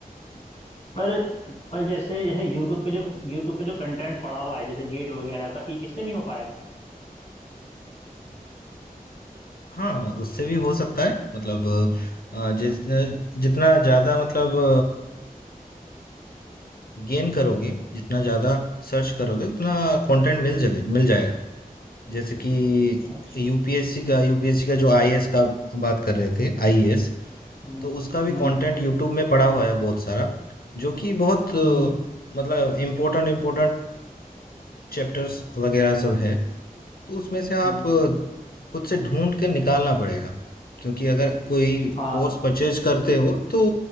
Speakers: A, on the left; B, on the left.
A: पर पर जैसे यह यूट्यूब पे जो यूट्यूब पे जो कंटेंट पड़ा हुआ है जैसे गेट वगैरह का इ- इससे नहीं हो पाएगा
B: हाँ, उससे भी हो सकता है मतलब अ, जिस जितना ज़्यादा मतलब गेन करोगे जितना ज़्यादा सर्च
A: हम्म,
B: करोगे उतना कंटेंट मिल जगे मिल जाएगा जैसे कि
A: अच्छा
B: यूपीएससी का यूपीएससी का जो आईएएस का हम बात कर रहे थे आईएएस
A: हम्म
B: तो उसका भी
A: हम्म
B: कंटेंट यूट्यूब में पड़ा हुआ है बहुत सारा जो कि बहुत अ,
A: हम्म
B: मतलब इम्पोर्टेंट इम्पोर्टेंट चैप्टर्स वगैरह सब है तो उसमें से आप
A: हम्म,
B: खुद से ढूंढ के निकालना पड़ेगा क्योंकि अगर कोई
A: हाँ
B: कोर्स परचेज करते हो तो